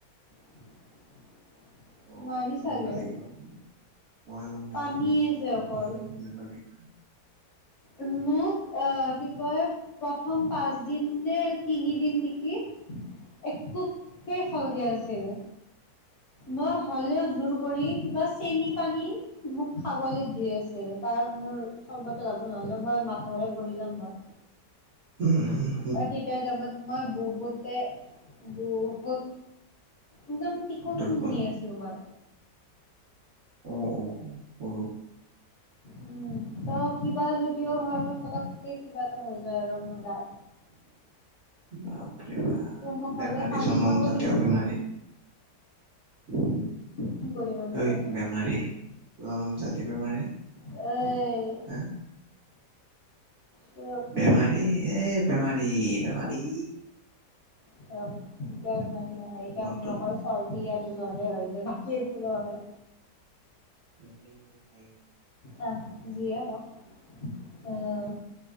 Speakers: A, on the left; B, on the right.
A: <inaudible>
B: অ',
A: নোৱাৰি
B: সুধিব
A: চাগে
B: লাগিব মই মানে <unintelligible>
A: পানীয়ে যে অকল
B: নিয়মবিলাকৰ বিষয়ে
A: উম, মোক আ, কি কয় প্ৰথম পাঁচ দিন নে তিনিদিন নিকি। একোকে খাব দিয়া নাছিলো। মই হলেও জোৰ কৰি কিবা চেনি পানী মোক খাবলে দি আছিল। কাৰণ মোৰ চৰ্বত লাগব নহ'লে মই মাথা ঘোৰাই পৰি যাম মই।
B: উম, উম,
A: তেতিয়া টাইমত মই বহুতে বহুতক ইমান অকন
B: দুৰ্বল
A: শুনি আছিলোঁ মই।
B: অ, অ, অ কৰো।
A: উম, ত কিবা যদিও হয় মই পতককে কিবা এটা হৈ যায় আৰু মোৰ গাত।
B: বাপৰে বাপ।
A: ত মোক হ'লেও
B: বেমাৰী
A: পানী
B: জনম
A: খাবলৈ
B: জাতীয়
A: দিছিলে
B: বেমাৰী। ঐ
A: কি কৰিম আৰু উপায় নাই
B: বেমাৰী জনম জাতি বেমাৰী।
A: এই,
B: এ,,,,, <unintelligible>
A: চুপ।
B: বেমাৰী এ বেমাৰী-বেমাৰী।
A: এ এতিয়া বেমাৰি নহয়। এতিয়া
B: নতুন
A: মোৰ অকল চৰ্দি
B: নতুন
A: আৰু জ্বৰে হয় যে। বাকী একো নহয়।
B: নক নাম পাই <unintelligible>
A: আহ, যিয়ে হক উম,